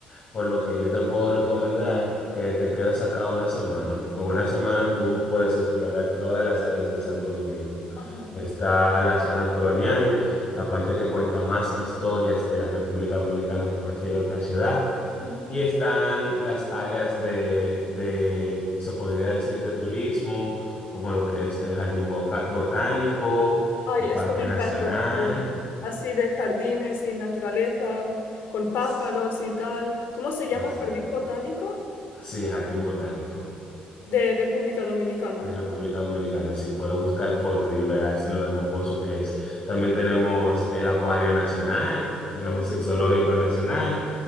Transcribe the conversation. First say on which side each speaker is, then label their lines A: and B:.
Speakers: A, on the left (about 45°); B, on the left (about 65°).
A: por lo que yo te puedo recomendar que te quedes acá una semana. Con una semana tú puedes explorar todas las áreas de Santo Domingo.
B: Ajá.
A: Está la zona colonial, la parte que cuenta más historias de la República Dominicana que cualquier otra ciudad.
B: Ujú.
A: Y están las áreas de, de, se podría decir, de turismo, como lo que es el Jardín Boca- Botánico,
B: Ay,
A: el
B: esto
A: Parque
B: me encanta,
A: Nacional.
B: tipo así de jardines y naturaleza, con pájaros
A: S-
B: y tal. ¿Cómo se llama
A: Exacto.
B: Jardín Botánico
A: Sí, Jardín Botánico
B: de República Dominicana?
A: de República Dominicana. Sí, puedes buscar fotos y verás lo hermoso que es. También tenemos el Acuario Nacional, tenemos
B: Mm.
A: el Zoológico Nacional.